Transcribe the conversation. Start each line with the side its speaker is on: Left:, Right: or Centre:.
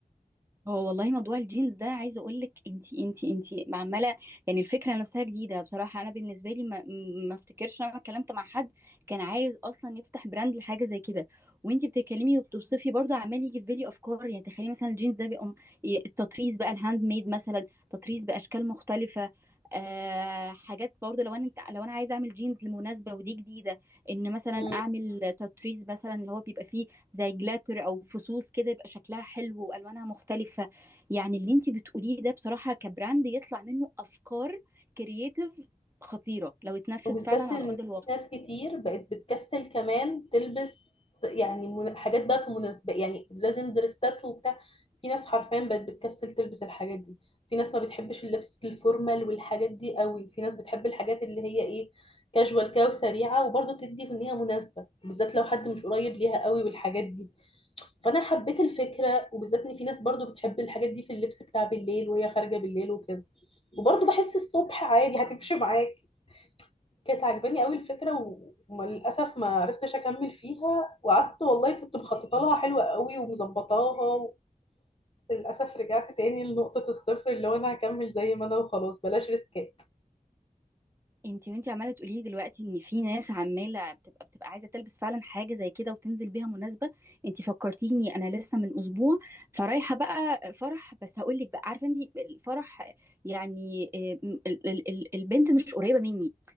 Right: هو والله موضوع الجينز ده عايزه اقول لك انتي انتي انتي عماله يعني الفكره نفسها جديده بصراحه انا بالنسبه لي ما ما افتكرش انا اتكلمت مع حد كان عايز اصلا يفتح براند لحاجه زي كده وانتي بتتكلمي وبتوصفي برضه عمال يجي في بالي افكار يعني تخيلي مثلا الجينز ده بيقوم التطريز بقى الهاند ميد مثلا تطريز باشكال مختلفه آه حاجات برضه لو انا انت لو انا عايزه اعمل جينز لمناسبه ودي جديده ان مثلا
Left: امم
Right: اعمل تطريز مثلا اللي هو بيبقى فيه زي جلاتر او فصوص كده يبقى شكلها حلو والوانها مختلفه يعني اللي انت بتقوليه ده بصراحه كبراند يطلع منه افكار كرييتيف خطيره لو اتنفذ
Left: وبالذات
Right: فعلا على
Left: ان
Right: ارض
Left: في
Right: الواقع
Left: ناس كتير بقت بتكسل كمان تلبس يعني من- حاجات بقى في مناسبة يعني لازم دريسات وبتاع في ناس حرفيا بقت بتكسل تلبس الحاجات دي في ناس ما بتحبش اللبس الفورمال والحاجات دي قوي في ناس بتحب الحاجات اللي هي ايه كاجوال كده وسريعة وبرضه تدي في ان هي مناسبة بالذات لو حد مش قريب ليها قوي والحاجات دي فانا حبيت الفكرة وبالذات ان في ناس برضه بتحب الحاجات دي في اللبس بتاع بالليل وهي خارجة بالليل وكده وبرضه بحس الصبح عادي هتمشي معاك كانت عجباني قوي الفكره و- وللاسف ما عرفتش اكمل فيها وقعدت والله كنت مخططه لها حلوه قوي ومظبطاها و- بس للاسف رجعت تاني لنقطه الصفر اللي هو انا هكمل زي ما انا وخلاص بلاش ريسكات
Right: انتي وانتي عماله تقولي لي دلوقتي ان في ناس عماله بتبقى بتبقى عايزه تلبس فعلا حاجه زي كده وتنزل بيها مناسبه انتي فكرتيني انا لسه من اسبوع فرايحه بقى فرح بس هقول لك بقى عارفه انتي الفرح يعني اه، م- ال- ال- ال- البنت مش قريبه مني